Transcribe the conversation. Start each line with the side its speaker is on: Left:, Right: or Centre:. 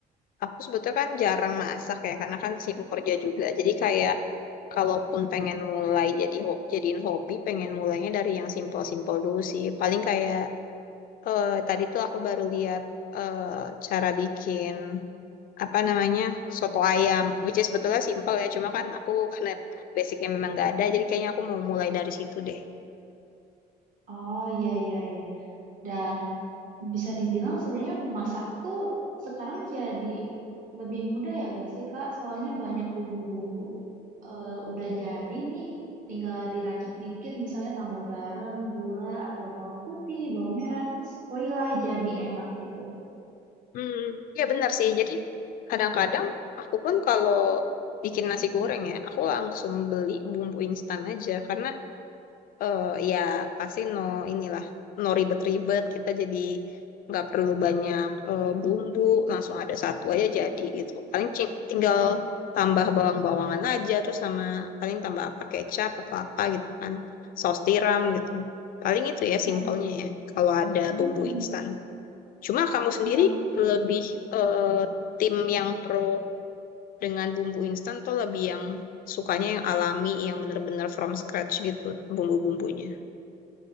Left: Aku sebetulnya kan jarang masak ya, karena kan sibuk kerja juga. Jadi kayak kalaupun pengen mulai jadi ho- jadiin hobi, pengen mulainya dari yang simpel-simpel dulu sih. Paling kayak eh, tadi tuh aku baru lihat eh, cara bikin apa namanya soto ayam, which is sebetulnya simpel ya. Cuma kan aku karena basicnya memang nggak ada, jadi kayaknya aku mau mulai dari situ deh.
Right: Oh, iya, iya, iya. Dan Bisa dibilang sebenarnya masak tuh sekarang jadi lebih mudah ya gak sih Kak? Soalnya banyak bumbu-bumbu eh, udah jadi nih, tinggal diracik dikit misalnya tambah garam, gula, atau bawang putih, bawang merah, terus voila jadi enak gitu.
Left: Hmm, ya benar sih. Jadi kadang-kadang aku pun kalau bikin nasi goreng ya, aku langsung beli bumbu instan aja karena eh ya pasti no inilah no ribet-ribet kita jadi nggak perlu banyak eh, bumbu langsung ada satu aja jadi gitu paling cing- tinggal tambah bawang-bawangan aja terus sama paling tambah apa kecap atau apa gitu kan saus tiram gitu paling itu ya
Right: Ya,
Left: simpelnya ya kalau ada bumbu
Right: mm-mm.
Left: instan cuma kamu sendiri
Right: Ya,
Left: lebih eh, tim yang pro dengan bumbu instan atau lebih yang sukanya yang alami yang bener-bener from scratch gitu bumbu-bumbunya